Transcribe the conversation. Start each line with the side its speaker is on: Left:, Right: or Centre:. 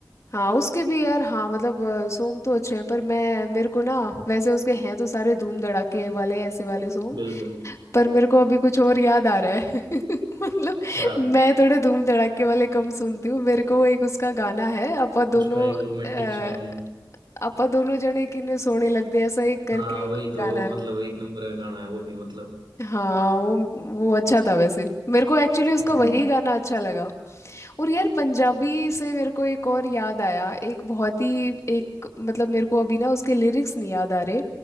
Left: हाँ उसके भी यार हाँ मतलब सॉन्ग तो अच्छे हैं पर मैं मेरे को ना वैसे उसके हैं तो सारे धूम धड़ाके वाले ऐसे वाले सॉन्ग
Right: बिल्कुल
Left: पर मेरे को अभी कुछ और याद आ रहा है <laughs> मतलब
Right: क्या
Left: मैं थोड़े धूम धड़ाके वाले कम सुनती हूँ मेरे को एक उसका गाना है अपा दोनों
Right: उसका एक रोमांटिक
Left: अ,
Right: सॉन्ग है
Left: अपा दोनों जने किन्ने सोने लगदे ऐसा एक करके
Right: हाँ
Left: कोई
Right: वही तो
Left: गाना है
Right: मतलब एक नंबर का गाना है वो भी मतलब
Left: हाँ वो वो अच्छा था वैसे मेरे को एक्चुअली उसका
Right: हम्म
Left: वही गाना अच्छा लगा और यार पंजाबी से मेरे को एक और याद आया एक बहुत ही एक मतलब मेरे को अभी ना उसके लिरिक्स नहीं याद आ रहे